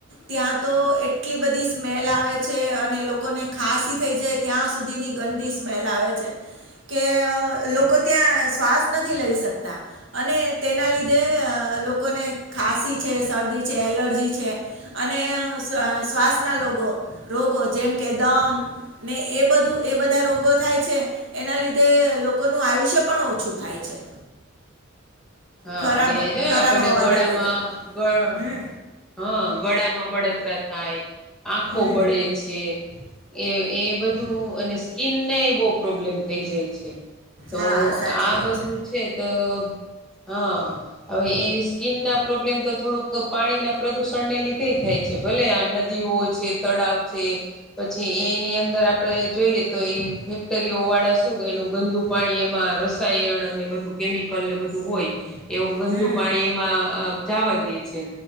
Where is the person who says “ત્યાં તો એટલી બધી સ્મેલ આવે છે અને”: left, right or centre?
Right